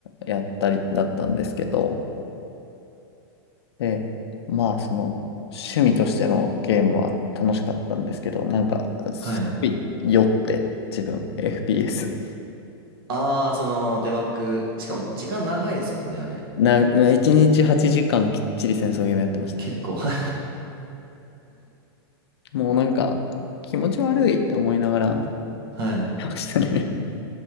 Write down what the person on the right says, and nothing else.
はい。
ああ、その、デバッグ。しかも時間長いですもんね、あれ。
結構。<laughs> は
い。